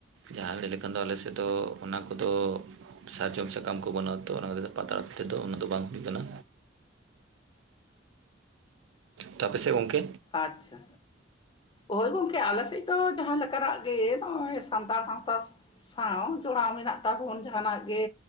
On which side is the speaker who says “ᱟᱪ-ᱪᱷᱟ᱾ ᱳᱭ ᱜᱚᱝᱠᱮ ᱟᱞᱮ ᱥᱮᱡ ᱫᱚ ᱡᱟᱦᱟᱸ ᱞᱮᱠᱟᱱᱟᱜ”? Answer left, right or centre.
Left